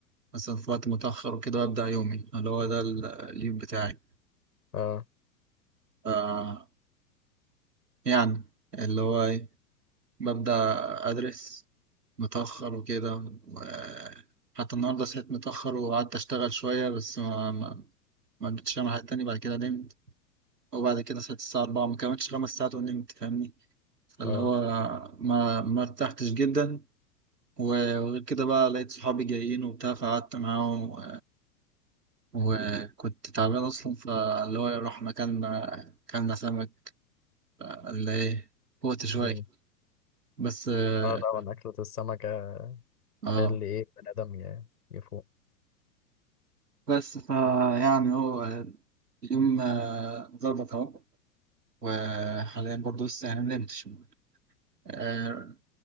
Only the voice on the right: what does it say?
مثلا في وقت متاخر وكده وابدا يومي اللي هو ده ال- اليوم بتاعي
ف يعني اللي هو ايه ببدا ادرس متاخر وكده و- حتى النهارده صحيت متاخر وقعدت اشتغل شويه بس ما ما ما قدرتش اعمل حاجه تانية بعد كده نمت وبعد كده صحيت الساعة 4 ما كملتش خمس ساعات ونمت فاهمني فاللي
هو ما ما ارتحتش جدا و- وغير كده بقى لقيت صحابي جايين وبتاع فقعدت معاهم و- وكنت تعبان أصلا فاللي هو رحنا كلنا كلنا سمك اللي إيه قوت شوية
بس اه
آه.
بس فيعني هو اليوم آه، ظبط أهو وحاليا برضه لسه يعني ما نمتش آه،